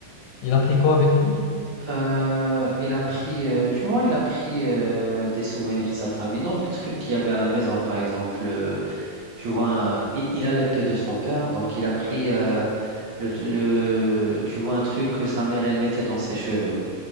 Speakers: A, on the left; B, on the right.
A: Il a pris quoi avec lui?
B: Euh, il a pris, euh, tu vois, il a pris euh, des souvenirs de sa famille. Donc, les trucs qu'il y avait à la maison, par exemple. euh, Tu vois, un- il, il a l'épée de son père, donc il a pris euh, le, le, tu vois, un truc que sa mère, elle mettait dans ses cheveux.